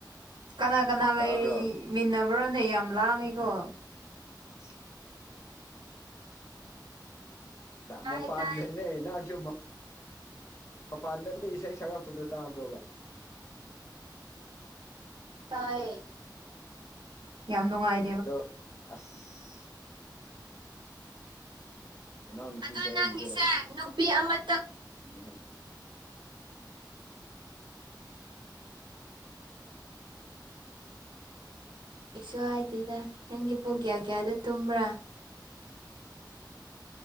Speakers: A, on the right; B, on the left.
A: ꯀꯅꯥ - ꯀꯅꯥ ꯂꯩꯃꯤꯟꯅꯕ꯭ꯔꯣꯅꯦ
B: ꯇꯥꯕ꯭ꯔꯣ
A: ꯌꯥꯝ ꯂꯥꯡꯉꯤꯀꯣ꯫
B: <unintelligible>
A: ꯇꯥꯏ
B: ꯃꯄꯥꯟꯗꯅꯦ
A: ꯇꯥꯏ
B: ꯅꯪꯁꯨ ꯃ ꯃꯄꯥꯟꯗ ꯃꯤ ꯏꯁꯩ ꯁꯛꯂꯛꯄꯗꯣ ꯇꯥꯕ꯭ꯔꯣꯕ?
A: ꯇꯥꯏꯌꯦ ꯌꯥꯝ ꯅꯨꯡꯉꯥꯏ
B: ꯑꯗꯣ ꯑꯁ ꯅꯅꯥꯎ ꯅꯨꯄꯤꯁꯦ
A: ꯑꯗ
B: ꯑꯩꯒꯤꯗꯤ
A: ꯅꯪꯒꯤꯁꯦ
B: ꯑꯣꯏꯔꯤꯅꯤꯍꯦ
A: ꯅꯨꯄꯤ ꯑꯃꯇ
B: <unintelligible>
A: <unintelligible> ꯀꯩꯁꯨ ꯍꯥꯏꯗꯦꯗ ꯅꯪꯗꯤ ꯄꯨꯡ ꯀꯌꯥ - ꯀꯌꯥꯗꯣ ꯇꯨꯝꯕ꯭ꯔꯥ?